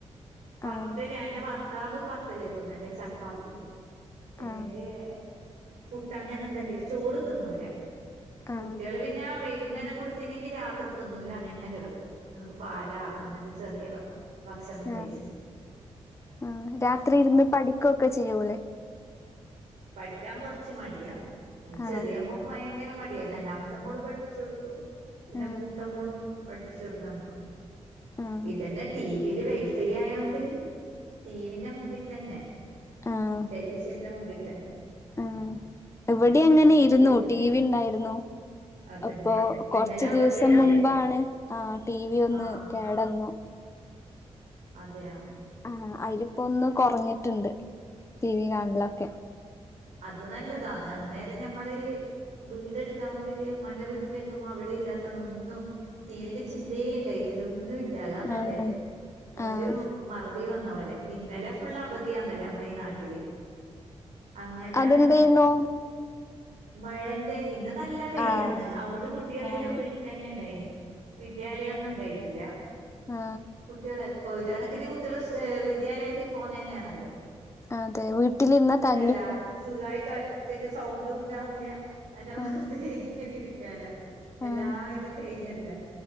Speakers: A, on the right; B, on the left.
A: പത്തല്
B: ആഹ്
A: എന്റെ ഭർത്താവ് പത്തല് തിന്ന അല്ലേ ചപ്പാത്തി. അല്ലെങ്കിൽ
B: ആഹ്
A: പുട്ട് അങ്ങനെ എന്തെങ്കിലും ചോറ് തിന്നൂല.
B: ആഹ്
A: കുട്ടിള് പിന്നെ. വൈകുന്നേരം കൊടുത്തനെങ്കി രാത്രി തിന്നൂല അങ്ങനെ കിടക്കൂം പാലാ എന്നെങ്ക ചെറിയ. ഭക്ഷണം കഴിച്ച്.
B: ആഹ് ആഹ് രാത്രി ഇരുന്ന് പഠിക്കുക്കെ ചെയ്യൂലേ.
A: പഠിക്കാൻ കെറ്ച്ച് മടിയ ന്റെ
B: ആണോ
A: ചെറിയ മോ ഭയങ്കര മടിയാ രണ്ടാമത്തെ മോള് പഠ്പ്പിച്ച് കൊടുക്കും പിന്നെ
B: ആഹ്
A: മൂത്ത മോളും. പഠ്പ്പിച്ചു കൊടുക്കാ നിക്കും
B: ആഹ്
A: ഇതന്നെ ടി വി ൽ വൈഫൈ ആയോണ്ട്. ണ്ട് ടി വി ന്റെ മുമ്പി തന്നെ.
B: ആഹ്
A: ടെലിവിഷന്റെ മുമ്പി തന്നെ.
B: ആഹ് ഇവിടെ അങ്ങനെ
A: അതേ
B: ഇരുന്നു
A: ഉള്ളൂ
B: ടി വി ണ്ടായിരുന്നു.
A: അതന്നെ
B: അപ്പോ
A: ഇന്നലെ
B: കൊറ്ച്ചു
A: അവധിയല്ലേ
B: ദിവസം മുമ്പാണ് ആഹ് ടി വി ഒന്ന്
A: ആഹ്
B: കേടന്നു.
A: അതെയ
B: ആഹ് അയില് ഇപ്പോ ഒന്ന് കെറ്ഞ്ഞിട്ടുണ്ട് ടി വി കാണലൊക്കെ.
A: അത് നല്ലതാ അന്നേരം ഞമ്മള് വീടെ എടുക്കാൻ വലിയ ഉമമാന്റെ വീട്ടിലക്കും അവിടെ ഇല്ലാത്തോണ്ട് ഒന്നും ടി വി ന്റെ ചിന്തേ ഉണ്ടായിട്ടല്ല ഒന്നും ഇല്ല അതാ നല്ലേ
B: ആഹ്
A: ഒരു
B: ആഹ്
A: മറവി വന്ന പോലെ ഇന്നലെ ഫുള്ള് അവധിയാന്നല്ലേ നമ്മള ഈ നാട്ടില് അങ്ങനെ
B: അതെന്തേന്നു
A: മഴന്റെ ഇത് നല്ല വെയിലാന്ന്
B: ആഹ്
A: അതൊണ്ട് കുട്ടികളെല്ലാം
B: ആഹ്
A: വീട്ടിൽ തന്നെ ഉണ്ടായിന് വിദ്യാലയം ഒന്നും ഉണ്ടായിട്ടില്ല
B: ആ
A: കുട്ടികള് ഒരു കണക്കിന് കുട്ടികൾ വിദ്യാലയത്തിൽ പോന്ന തന്നെയ നല്ലെ
B: അതെ വീട്ടിൽ നിന്ന ത
A: അല്ല സുഖായിട്ട് ഒറ്റക്ക് സൗണ്ടും ഉണ്ടാവില്ല നല്ല
B: ആഹ്
A: വെറുതെ ഇങ്ങനെ ഇരിക്കാനാ എല്ലാ
B: ആഹ്
A: ഇതും കഴിഞല്ല